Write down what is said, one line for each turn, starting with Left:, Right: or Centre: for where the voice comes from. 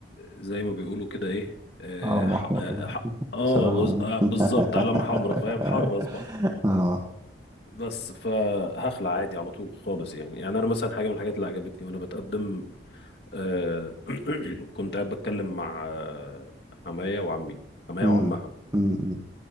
Left: زي ما بيقولوا كده ايه اه,
Right: اه محمر
Left: ح- آه, ح- آه,
Right: بصراحة
Left: بز- آه
Right: <laughs>
Left: بالظبط علامه حمراء فاهم حرص بقى
Right: اه
Left: بس فهخلع عادي على طول خالص يعني يعني انا مثلا حاجه من الحاجات اللي عجبتني وانا بتقدم آه <clears throat> كنت قاعد بتكلم مع آه، عمايا وعمي عمايا
Right: امم
Left: وعمها
Right: امم